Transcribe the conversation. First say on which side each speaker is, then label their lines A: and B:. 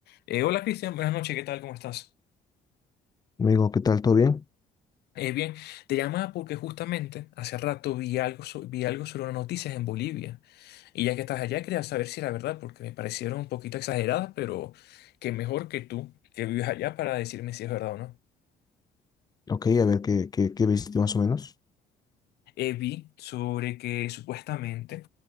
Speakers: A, on the left; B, on the left.
A: Eh, hola Cristian, buenas noches, ¿qué tal? ¿Cómo estás?
B: Amigo, ¿qué tal? ¿Todo bien?
A: Eh, bien, te llamaba porque justamente hace rato vi algo, so- vi algo sobre unas noticias en Bolivia y ya que estás allá quería saber si era verdad porque me parecieron un poquito exageradas, pero que mejor que tú que vives allá para decirme si es verdad o no.
B: Ok, a ver qué, qué, qué viste más o menos.
A: Eh, vi sobre que supuestamente